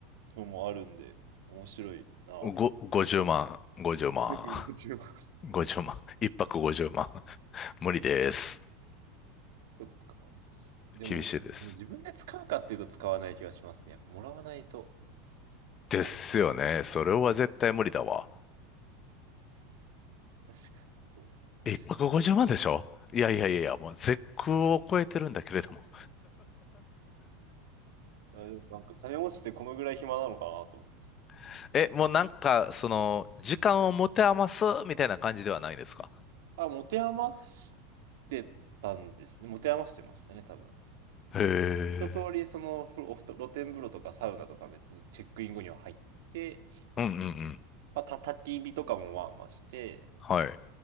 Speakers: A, on the right; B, on the left.
A: のもあるんで、面白いなって。
B: ご、50万、50万、
A: <laughs> 150万。
B: 50万、一泊50万。無理です。
A: そっか。でも、
B: 厳しいです。
A: じ、でも自分で使うかっていうと使わない気がしますね。やっぱもらわないといかない。
B: ですよね。それは絶対無理だわ。
A: 確かに、そうだ。
B: 一泊50万でしょいやいやいやいや、
A: 確か
B: もう絶空を超えてるんだけれども。
A: に。あ、でもなんか金持ちってこのぐらい暇なのかなと思って。
B: <laughs> え、もうなんか、その、時間を持て余すみたいな感じではないですか
A: あ、持て余してたんですね。持て余してましたね、多分。
B: へえ。
A: 一通り、その、ふおふと露天風呂とかサウナとか別にチェックイン後には入って、
B: うんうんうん。
A: まあ、た、焚き火とかもまあまあして、
B: はい。っ